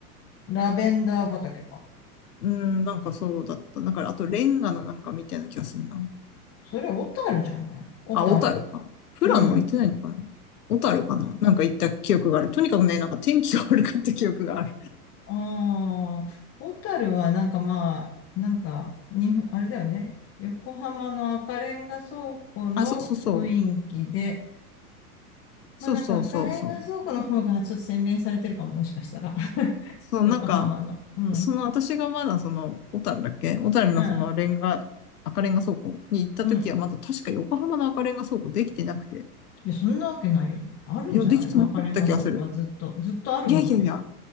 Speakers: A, on the left; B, on the left.
A: ラベンダー畑か。
B: うん、なんかそうだった。だから、あと、レンガのなんかみたいな気がするな。
A: それ、小樽じゃない小樽。
B: あ、小樽か。富良野は行ってないのかな小樽かななんか行った記憶がある。
A: うん。お
B: とにかくね、なんか天気が悪かった記憶がある。
A: ああ、小樽はなんかまあ、なんか、に、あれだよね。横浜の赤レンガ倉庫の雰囲気で、
B: あ、そうそうそう。そうそうそうそう。
A: まあなんか赤レンガ倉庫の方がちょっと洗練されてるかも、もしかしたら。<laughs>
B: そう、
A: 横浜の。
B: なんか、
A: うん。
B: その私がまだその、小樽だっけ小樽のそのレンガ、
A: うん。
B: 赤レンガ倉庫に行った時はまだ確か横浜の赤レンガ倉庫できてなくて。
A: うん。いや、そんなわけないよね。あるんじゃないの赤レンガ倉庫はずっと、
B: いや、できてなかった気がする。
A: ずっとあるものでしょ。
B: いやいやいや、